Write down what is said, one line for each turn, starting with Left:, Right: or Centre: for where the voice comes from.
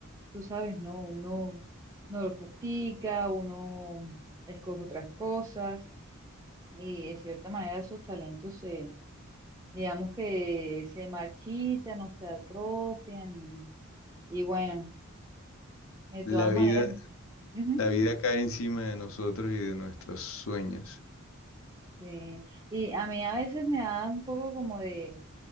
Right: tú sabes, ¿no? Uno no los practica, uno escoge otras cosas y de cierta manera esos talentos se, digamos que se marchitan o se atrofian y, y bueno, de
Left: La
Right: todas
Left: vida,
Right: maneras, ujú,
Left: la vida cae encima de nosotros y de nuestros sueños.
Right: eh, y a mí a veces me da un poco como de,